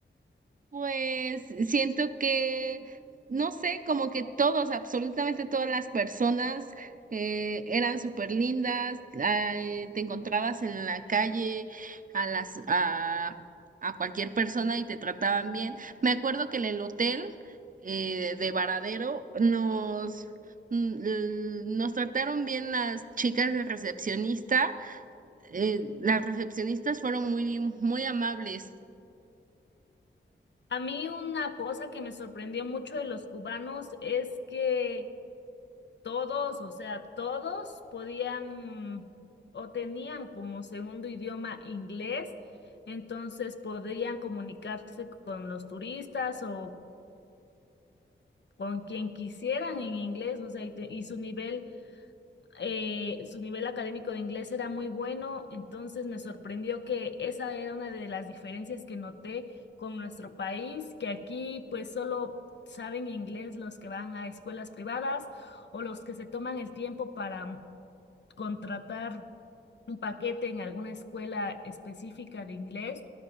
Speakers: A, on the right (about 40°); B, on the left (about 60°).
A: Pues siento que, no sé, como que todos, absolutamente todas las personas eh, eran súper lindas, ay, te encontrabas en la calle a las a, a cualquier persona y te trataban bien. Me acuerdo que en el hotel eh, de Varadero nos mm, l- nos trataron bien las chicas de recepcionista. eh, las recepcionistas fueron muy muy amables.
B: A mí una cosa que me sorprendió mucho de los cubanos es que Todos, o sea, todos podían o tenían como segundo idioma inglés, entonces podían comunicarse con los turistas o con quien quisieran en inglés, o sea, y, te- y su nivel, eh, su nivel académico de inglés era muy bueno, entonces me sorprendió que esa era una de las diferencias que noté con nuestro país, que aquí pues solo saben inglés los que van a escuelas privadas o los que se toman el tiempo para contratar un paquete en alguna escuela específica de inglés